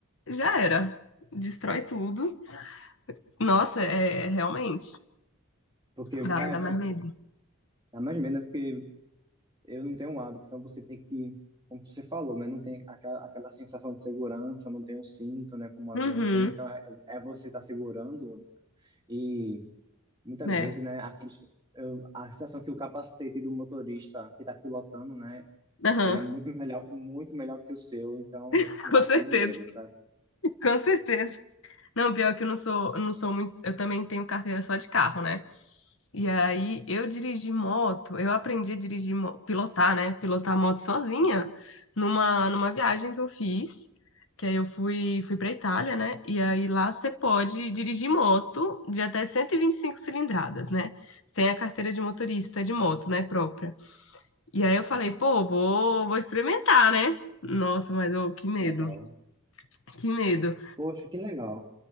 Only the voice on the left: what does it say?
já era. Destrói tudo. Nossa, é realmente.
Dá,
dá
mais
medo.
Uhum,
né?
Aham,
<laughs>
com certeza,
com certeza. Não, pior que eu não sou, eu não sou muito. Eu também tenho carteira só de carro, né? E aí eu dirigi moto, eu aprendi a dirigir, mo- pilotar, né? Pilotar moto sozinha numa, numa viagem que eu fiz, que aí eu fui, fui pra Itália, né? E aí lá você pode dirigir moto de até 125 cilindradas, né? Sem a carteira de motorista de moto, né? Própria. E aí eu falei, pô, vou, vou experimentar, né? Nossa, mas ô, que medo,
que medo.